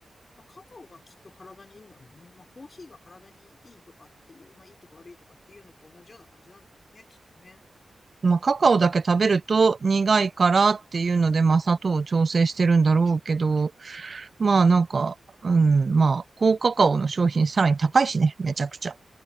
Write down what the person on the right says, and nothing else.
まあ、カカオだけ食べると苦いからっていうので、まあ、砂糖を調整してるんだろうけど、まあ、なんか、うん、まあ、高カカオの商品さらに高いしね、めちゃくちゃ。